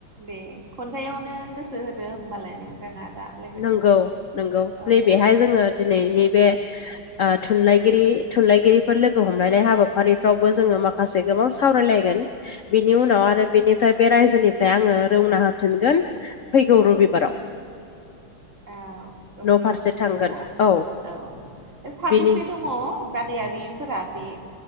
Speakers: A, on the right; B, on the left.
A: दे खन्थायावनो गोसो होदो होमबालाय नोंथाङा दा लोगो
B: नंगौ नंगौ
A: औ
B: नैबेहाय
A: खन्थाइ
B: जोङो दिनैनि बे थुनलाइगिरि थुनलाइगिरिफोर लोगो हमलायनाय हाबाफारिफ्रावबो जोङो माखासे माखासे गोबां सावरायलायगोन बिनि उनाव आरो बेनिफ्राय बे रायजोनिफ्राय आङो रौना होफिनगोन फैगौ रबिबाराव
A: औ रबिबाराव
B: न' फारसे
A: फैसिगोन
B: थांगोन
A: ना
B: औ
A: औ साबसे
B: बेनि
A: दङ बादायारिफोरा बे